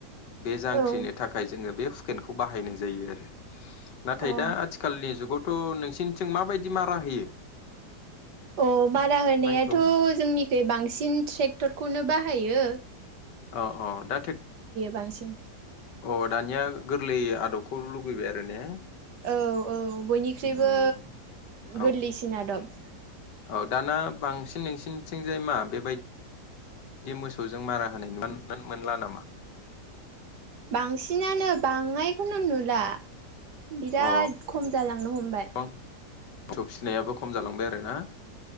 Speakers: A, on the left; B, on the right.
A: बे जांख्रिनो
B: औ
A: थाखाय जोङो बे हुकेनखौ बाहायनाय जायो आरो नाथाय
B: अ अ
A: दा आथिखालनि जुगाव थ नोंसिनिथिं माबायदि दि मारा होयो
B: अ मारा होनायाथ
A: माइखौ
B: जोंनिखै बांसिन ट्रेक्टरखौनो बाह हायो
A: अ अ दा ट्रेक
B: बांसिन
A: अ दानिया गोरलै आदब खौल लुगैबाय आरो ने
B: औ औ बयनिख्रुइबो
A: उम औ
B: गोरलैसिन आदब
A: औ दाना बांसिन नोंसिनिथिं मा बेबायदि मोसौजों मारा होनाय मोन मोनला नामा
B: बांसिनानो बांनायखौनो नुला बिराद
A: अ
B: खम जालांनो हमबाय
A: गोबां सौ फिनायाबो खम जालां आरो ना